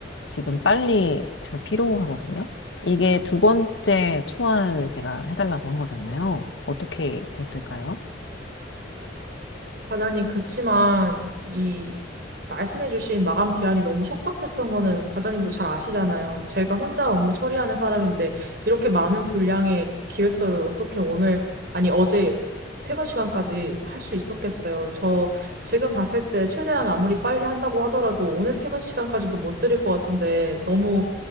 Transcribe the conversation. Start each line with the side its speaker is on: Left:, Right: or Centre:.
Left: 지금 빨리 제가 필요하거든요. 이게 두 번째 초안을 제가 해달라고 한 거잖아요. 어떻게 됐을까요?
Right: 과장님, 그치만 이 말씀해주신 마감 기한이 너무 촉박했던 거는 과장님도 잘 아시잖아요. 제가 혼자 업무 처리하는 사람인데 이렇게 많은 분량의 기획서를 어떻게 오늘, 아니 어제 퇴근 시간까지 할 수 있었겠어요. 저 지금 봤을 때 최대한 아무리 빨리 한다고 하더라도 오늘 퇴근 시간까지도 못 드릴 것 같은데 너무